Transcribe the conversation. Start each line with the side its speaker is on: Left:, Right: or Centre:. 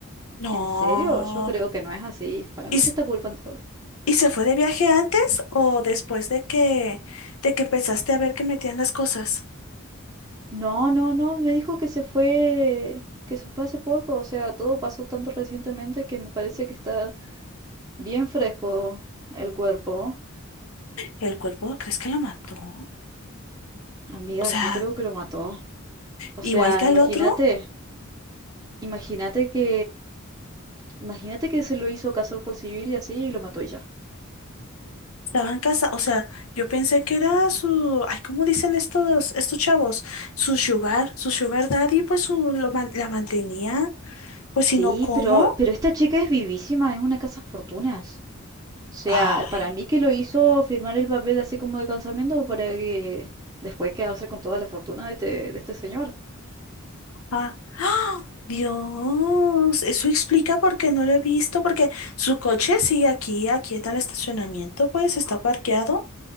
Left: No.
Right: ¿en serio? Yo creo que no es así. Para
Left: ¿Y,
Right: mí que está culpando.
Left: ¿Y se fue de viaje antes o después de que, de que empezaste a ver que metían las cosas?
Right: No, no, no, me dijo que se fue, que se fue hace poco, o sea, todo pasó tanto recientemente que me parece que está bien fresco el cuerpo.
Left: ¿El cuerpo crees que lo mató?
Right: Amiga,
Left: O sea,
Right: yo creo que lo mató. O
Left: igual
Right: sea,
Left: que al
Right: imagínate,
Left: otro,
Right: imagínate que, imagínate que se lo hizo casar por civil y así y lo mató y ya.
Left: estaba en casa. O sea, yo pensé que era su, ay, ¿cómo dicen estos, estos chavos? Su sugar, su sugar daddy, pues su, lo man- la mantenía. Pues
Right: Sí,
Left: si no, ¿cómo?
Right: pero, pero esta chica es vivísima, es una casa fortunas. O sea,
Left: Ay,
Right: para mí que lo hizo firmar el papel así como de casamiento para que después quedarse con toda la fortuna de este, de este señor.
Left: ah, ¡ah! Dios, eso explica por qué no lo he visto, porque su coche sigue aquí, aquí en el estacionamiento, pues está parqueado.